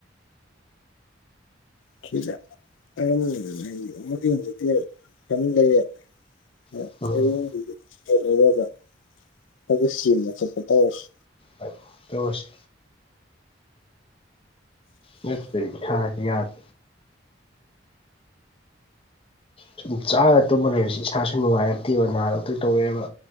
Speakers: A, on the left; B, on the left.
A: <unintelligible> ꯇꯝ ꯂꯩꯔꯦ <unintelligible>
B: ꯎꯝ
A: ꯂꯩꯔꯒ ꯈꯥꯒꯥ ꯆꯦꯟꯕ ꯆꯠꯄ ꯇꯧꯔꯁꯤ
B: ꯍꯣꯏ ꯇꯧꯔꯥꯁꯤ ꯅꯠꯇꯔꯥꯗꯤ ꯏꯁꯥꯖꯦ ꯌꯥꯗꯔꯦ ꯁꯨꯝ ꯆꯥꯔꯒꯥ ꯇꯨꯝꯕ ꯂꯩꯕꯁꯤ ꯏꯁꯥꯁꯨ ꯅꯨꯡꯉꯥꯏꯔꯛꯇꯦꯕ ꯅꯥꯔꯛꯇꯣꯏ ꯇꯧꯔꯛꯑꯦꯕ